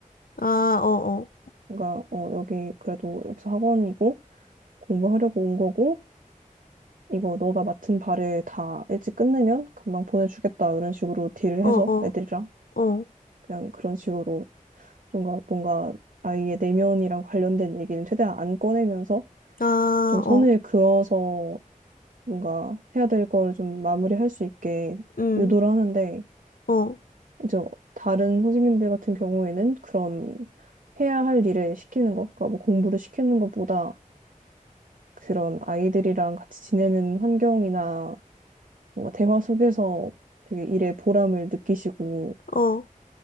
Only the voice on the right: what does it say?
그러니까, 어, 여기 그래도 여기서 학원이고, 공부하려고 온 거고, 이거 너가 맡은 바를 다 일찍 끝내면 금방 보내주겠다 이런 식으로 딜을
해서
애들이랑
그냥 그런 식으로 뭔가 뭔가 아이의 내면이랑 관련된 얘기는 최대한 안 꺼내면서
좀 선을
그어서 뭔가 해야 될 걸 좀 마무리할 수 있게
유도를 하는데
이제 다른 선생님들 같은 경우에는 그런 해야 할 일을 시키는 것, 그러니까 뭐 공부를 시키는 것보다 그런 아이들이랑 같이 지내는 환경이나 뭔가 대화 속에서 되게 일의 보람을 느끼시고